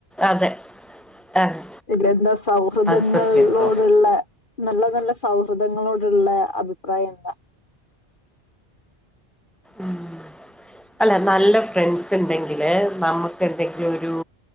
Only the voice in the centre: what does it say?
അതെ ആഹ്
അത്
സത്യാട്ടോ
ഉം അല്ല നല്ല ഫ്രണ്ട്സ്ണ്ടെങ്കില് നമുക്കെന്തെങ്കിലൊരു